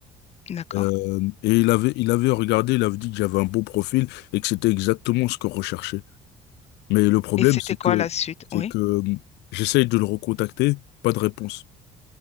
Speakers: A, on the left; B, on the left.
A: d'accord.
B: euh, et il avait, il avait regardé, il avait dit que j'avais un beau profil et que c'était exactement ce qu'on recherchait. Mais le problème,
A: Et c'était
B: c'est
A: quoi
B: que,
A: la suite?
B: c'est
A: Oui.
B: que euh, j'essaye de le recontacter, pas de réponse.